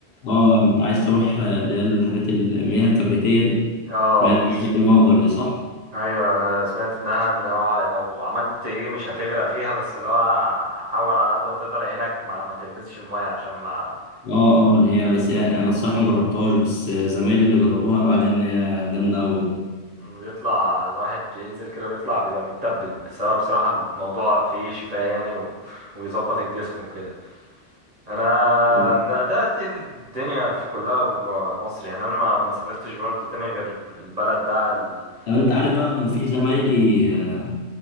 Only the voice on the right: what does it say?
اه
ايوه انا سمعت انها اللي هو لو عملت ايه مش هتغرق فيها بس اللي هو حاول على قد ما تقدر عينك ما, ما تلمسش الميه عشان ما
بيطلع الواحد ينزل كده بيطلع بيبقى متبل بس هو بصراحه الموضوع فيه شفاء يعني و... ويظبط الجسم وكده انا
ده ده دي الدنيا في كلها جوا مصر يعني انا ما ما سافرتش برضو تاني غير البلد بقى ال-